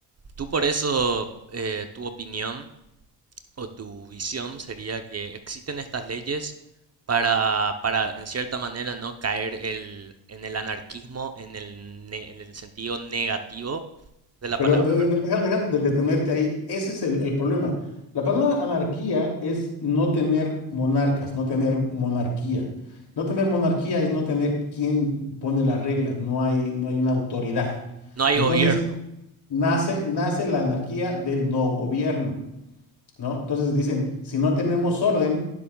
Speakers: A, on the right; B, on the left.
A: tú por eso, eh, tu opinión o tu visión sería que existen estas leyes para, para, en cierta manera, no caer el, en el anarquismo, en el, ne- en el sentido negativo de la
B: Perdón,
A: palabra.
B: de- de- de- deja- deja de detenerte ahí. Ese es el, el problema. La palabra anarquía es no tener monarcas, no tener monarquía. No tener monarquía es no tener quien pone las reglas, no hay, no hay una autoridad.
A: No hay
B: Entonces,
A: gobierno.
B: nace, nace la anarquía del no gobierno, ¿no? Entonces dicen, si no tenemos orden,